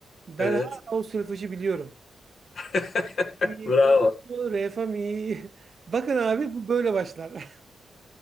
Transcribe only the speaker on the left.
Evet.
<laughs>
Bravo.